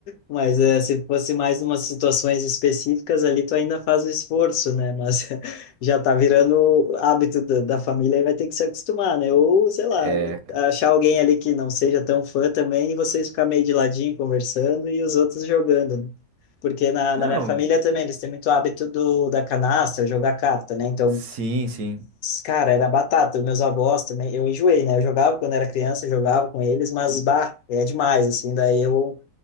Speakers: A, on the left (about 70°); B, on the right (about 80°).
A: Mas é, se fosse mais umas situações específicas ali, tu ainda faz o esforço, né? Mas <laughs> já tá virando hábito da, da família e vai ter que se acostumar, né? Ou, sei lá,
B: é.
A: achar alguém ali que não seja tão fã também e vocês ficar meio de ladinho conversando e os outros jogando, né? Porque na,
B: Não,
A: na minha família também, eles têm muito hábito do, da canastra, jogar carta, né? Então
B: sim, sim.
A: Cara, era batata. Meus avós também. Eu enjoei, né? Eu jogava quando era criança, eu jogava com eles, mas bah, é demais, assim. Daí eu.